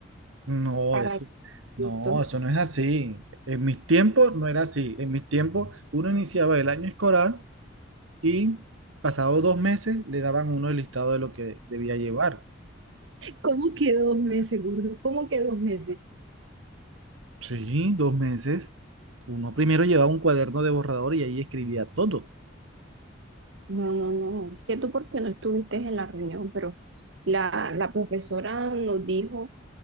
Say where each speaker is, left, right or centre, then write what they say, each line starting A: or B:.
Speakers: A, on the right; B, on the right.
A: No,
B: para
A: eso,
B: que justo.
A: no, eso no es así. En mis tiempos no era así. En mis tiempos uno iniciaba el año escolar y pasado dos meses le daban uno el listado de lo que debía llevar.
B: ¿Cómo que dos meses, gordo? ¿Cómo que dos meses?
A: Sí, dos meses. Uno primero llevaba un cuaderno de borrador y ahí escribía todo.
B: No, no, no, es que tú porque no estuviste en la reunión, pero la, la profesora nos dijo,